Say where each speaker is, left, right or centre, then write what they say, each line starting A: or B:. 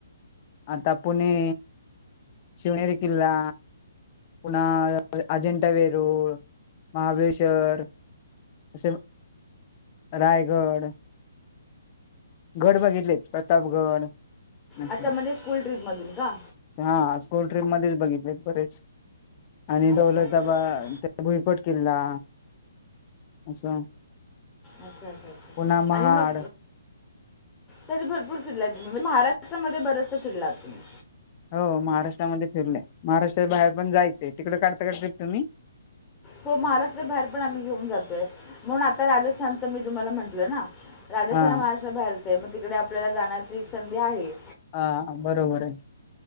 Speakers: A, on the left; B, on the left.
A: आता पुणे शिवनेरी किल्ला पुन्हा अजेंठा वेरुळ, महाबळेश्वर असे रायगड गड बघितले, प्रतापगड. असे
B: अच्छा म्हणजे स्कूल ट्रीपमधून का?
A: हा स्कूल ट्रिप मध्येच बघितले बरेच, आणि
B: अच्छा
A: दौलताबाद
B: अच्छा अच्छा
A: भुईकोट किल्ला असं.
B: अच्छा अच्छा अच्छा,
A: पुन्हा महाड
B: आणि मग तरी भरपूर फिरलात तुम्ही, म्हण महाष्ट्रामध्ये बरचसं फिरलात तुम्ही.
A: हो महाराष्ट्रामध्ये फिरले,, महाराष्ट्रा बाहेर पण जायचंय,, तिकडं काढता का ट्रिप तुम्ही?
B: हो महाराष्ट्रा बाहेर पण आम्ही घेऊन जातोय,,, म्हणून आता राजस्थानच मी तुम्हाला म्हटलं ना. राजस्थान
A: हा
B: महाराष्ट्र बाहेरच आ, हे मग तिकडे आपल्याला जाण्याची एक संधी आहे.
A: हा बरोबर आहे.